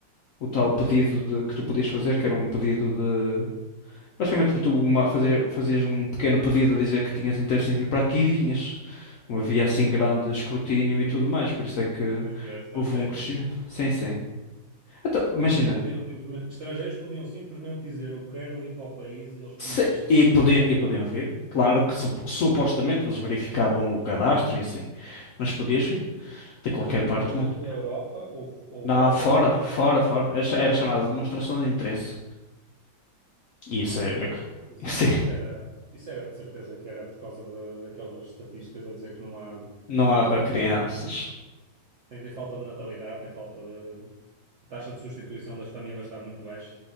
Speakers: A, on the left; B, on the right.
A: o tal pedido de- que tu podias fazer, que era um pedido de. Basicamente, tu uma- fazer, fazias um pequeno pedido a dizer que tinhas interesse em vir para aqui e vinhas. Não havia assim grande escrutínio e tudo mais, por isso é que
B: Acho que é estrangeiros.
A: houve um crescimento. Sim, sim. Então, imagina,
B: Estrangeiros podiam simplesmente, estrangeiros podiam simplesmente dizer eu quero ir para o país e eles
A: se-
B: e as-
A: e podiam, e podiam vir. Claro que sup- supostamente eles verificavam o cadastro e assim, mas podias vir de qualquer
B: mas dentro,
A: parte
B: mas
A: do
B: dentro
A: mundo.
B: da Europa ou, ou
A: Não,
B: fora
A: fora,
B: da Europa.
A: fora, fora. Era cha- era chamada de demonstração de interesse. E isso
B: Ai,
A: é,
B: Jesus,
A: é que- <laughs> isso é-
B: isso era, isso era de certeza que era por causa da- daquelas estatísticas a dizer que não há
A: não
B: que
A: há
B: Portugal
A: para crianças.
B: Sim, tem falta de natalidade, tem falta de. A taxa de substituição das famílias está muito baixa.